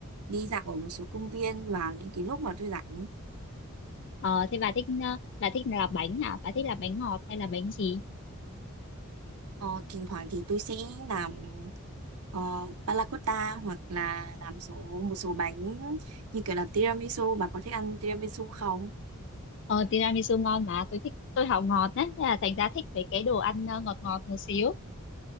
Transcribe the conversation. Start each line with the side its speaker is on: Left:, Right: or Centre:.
Right: đi dạo ở một số công viên vào những cái lúc mà tôi rảnh.
Left: Ờ, thế bà thích ờ, bà thích là bánh hả? Bà thích là bánh ngọt hay là bánh gì?
Right: Ờ, thỉnh thoảng thì tôi sẽ làm uh, panna cotta hoặc là làm số một số bánh như kiểu là tiramisu. Bà có thích ăn tiramisu không?
Left: Ờ, tiramisu ngon mà tôi thích tôi học ngọt đấy, thế là thành ra thích về cái đồ ăn ờ, ngọt ngọt một xíu.